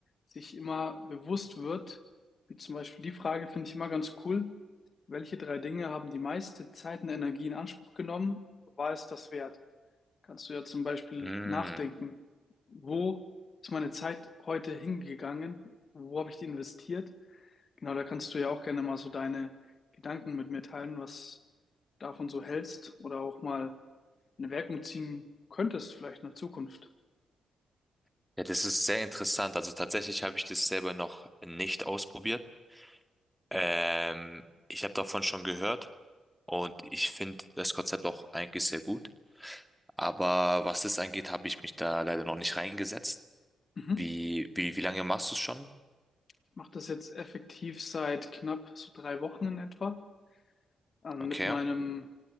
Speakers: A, on the left; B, in the centre.
A: sich immer bewusst wird, wie zum Beispiel die Frage finde ich immer ganz cool, welche drei Dinge haben die meiste Zeit und Energie in Anspruch genommen? War es das wert? Kannst du ja zum Beispiel
B: Mm.
A: nachdenken, wo ist meine Zeit heute hingegangen? Wo habe ich die investiert? Genau, da kannst du ja auch gerne mal so deine Gedanken mit mir teilen, was du davon so hältst oder auch mal eine Wirkung ziehen könntest, vielleicht in der Zukunft.
B: Ja, das ist sehr interessant. Also tatsächlich habe ich das selber noch nicht ausprobiert. Ähm, ich habe davon schon gehört und ich finde das Konzept auch eigentlich sehr gut. Aber was das angeht, habe ich mich da leider noch nicht reingesetzt.
A: Mhm.
B: Wie, wie, wie lange machst du es schon?
A: Ich mache das jetzt effektiv seit knapp so drei Wochen in etwa. Ähm,
B: Okay,
A: mit meinem